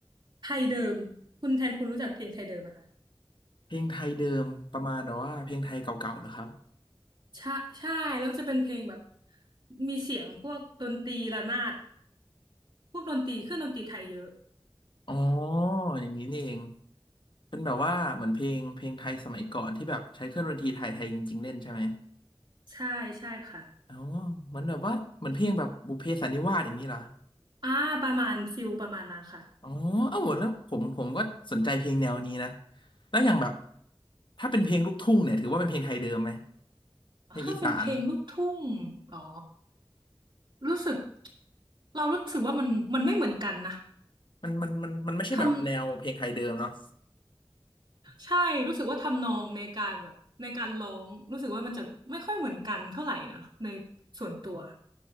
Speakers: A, on the right; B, on the left.
A: ไทยเดิมคุณแทนคุณรู้จักเพลงไทยเดิมไหมคะ
B: เพลงไทยเดิมประมาณแบบว่าเพลงไทยเก่าๆเหรอครับ
A: ใช่ใช่แล้วจะเป็นเพลงแบบมีเสียงพวกดนตรีระนาดพวกดนตรีเครื่องดนตรีไทยเยอะ
B: อ๋ออย่างนี้นี่เองเป็นแบบว่าเหมือนเพลงเพลงไทยสมัยก่อนที่แบบใช้เครื่องดนตรีไทยไทยจริงๆเล่นใช่ไหม
A: ใช่ใช่ค่ะ
B: อ๋อมันแบบว่าเหมือนเพลงแบบบุพเพสันนิวาสอย่างนี้เหรอ
A: อ่าประมาณฟิลประมาณนั้นค่ะ
B: อ๋อเอ้าแล้วผมผมก็สนใจเพลงแนวนี้นะแล้วอย่างแบบถ้าเป็นเพลงลูกทุ่งเนี่ยถือว่าเป็นเพลงไทยเดิมไหมเพลงอีสาน
A: ถ้าเป็นเพลงลูกทุ่งอ๋อรู้สึกเรารู้สึกว่ามันมันไม่เหมือนกันนะ
B: มันมันมันมันไม่ใช่แบบแนวเพลงไทยเดิมเนาะ
A: ทำใช่รู้สึกว่าทำนองในการแบบในการร้องรู้สึกว่ามันจะไม่ค่อยเหมือนกันเท่าไหร่นะในส่วนตัว